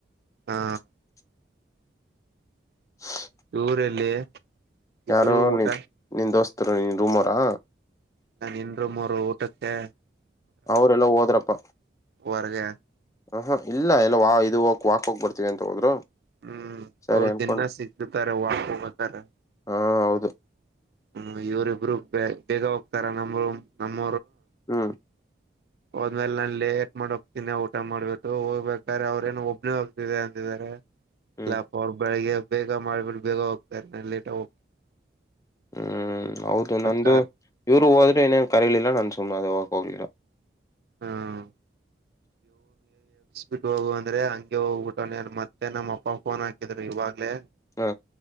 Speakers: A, on the right (about 55°); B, on the left (about 15°).
A: ಹಾ
B: <unintelligible> <inaudible>
A: ಊರಲ್ಲಿ <unintelligible>
B: ಯಾರು
A: ಇಬ್ರು ಊಟ
B: ನಿನ್ ದುಸ್ತ್ <unintelligible> ನಿಮ್ ರೂಮರಾ
A: ನಿನ್ ರೂಮ್ ಅವರು ಊಟಕ್ಕೆ
B: ಅವರೆಲ್ಲ ಹೋದ್ರಪ್ಪ
A: ವರಗೆ
B: ಹ ಹಾ ಇಲ್ಲ ಎಲ್ಲ ವಾ ಇದು ಹೋಗ ವಾಕ್ ಹೋಗ್ ಬರ್ತೀವಿ ಅಂತ ಹೋದ್ರು
A: ಹ್ಮ್
B: ಸರಿ
A: ಅವ್ರ
B: ಅನ್ಕೊಂಡ್
A: ದಿನಾ ಸಿಗ್ತಾರೆ ವಾಕ್ ಹೋಗಬೇಕಾದರೆ
B: ಹಾ ಹೌದು
A: ಹ್ಮ ಇವರಿ ಇಬ್ರು ಬ ಬೇಗ ಹೋಗ್ತಾರ ನಮ ನಮ್ಮ
B: ಹ್ಮ
A: ಹೋದ್ಮೇಲೆ ನಾನು ಲೇಟ್ ಮಾಡೋಗ್ತೀನಿ ಊಟ ಮಾಡ್ಬೇಕು ಹೋಗ್ಬೇಕಾದ್ರೆ ಅವ್ರೇನ ಒಬ್ಬನೇ ಹೋಗ್ತಿದೆ ಅಂತಿದಿದ್ದಾರೆ
B: ಹ್ಮ್
A: ಇಲ್ಲಪ ಅವರ್ ಬೆಳಿಗ್ಗೆ ಬೇಗ ಮಾಡ್ಬಿಟ್ಟು ಬೇಗ ಹೋಗ್ತಾ ನ ಲೇಟ ಹೋಗ
B: ಹ್ಮ್ ಹೌದು ನಂದು
A: ಕಾರ್
B: ಇವ್ರು ಹೋದ ಮತ್ತಿನ್ನೇನು ಕರೆಯಲಿಲ್ಲಲ್ಲ ನಾನು ಸುಮ್ಮನಾದೆ ಹೋಗಲಿರ
A: ಹ್ಮ್ ಬಿಟ್ಟ ಹೋಗುವ ಅಂದ್ರೆ ಹಂಗೆ ಹೋಗ್ಬಿಟ್ಟೆ ಮತ್ತೆ ನಮ್ಮ ಅಪ್ಪ ಫೋನ್ ಹಾಕಿದ್ರು ಇವಾಗಲೇ
B: ಹಾ